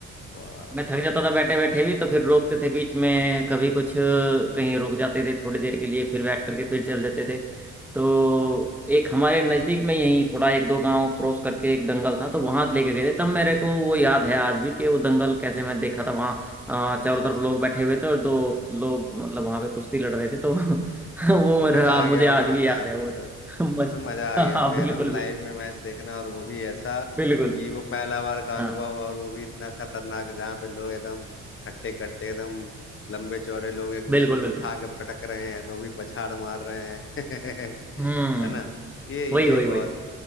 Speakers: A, on the left; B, in the centre.
A: वाह वाह
B: मैं
A: वाह।
B: थक जाता था बैठे बैठे भी तो फिर रोकते थे बीच में कभी कुछ कहीं रुक जाते थे थोड़ी देर
A: हम्म।
B: के लिए फिर बैठ करके फिर चल देते थे तो एक हमारे नज़दीक में यहीं थोड़ा एक दो गांव क्रॉस करके एक दंगल था तो वहां लेके गए थे तब मेरे को वो याद है आज भी कि वो दंगल कैसे मैं देखा था वहाँ अ,
A: अच्छा अच्छा
B: चारों तरफ
A: अच्छा
B: लोग बैठे हुए थे और दो लोग मतलब वहां पे कुश्ती लड़ रहे थे तो <laughs> वो मेरा
A: मजा आ
B: मुझे
A: गया
B: आज
A: होगा
B: भी
A: मतलब
B: याद
A: आपको
B: है वो
A: तो
B: <laughs> मजा
A: वो तो मजा आ गया
B: हाँ
A: होगा
B: बिल्कुल
A: एकदम लाइव
B: बिल्कुल
A: में मैच देखना और वो भी ऐसा कि
B: बिल्कुल
A: वो पहला बार का
B: हाँ
A: अनुभव और वो भी इतना खतरनाक जहाँ पे लोग एकदम हट्टे कट्टे एकदम लंबे चौड़े लोग एक दूसरे
B: बिल्कुल
A: को
B: बिल्कुल
A: उठा के पटक रहे हैं धोबी पछाड़ मार रहे हैं <laughs>
B: हम्म
A: है ना ये ये
B: वही वही
A: बहुत
B: वही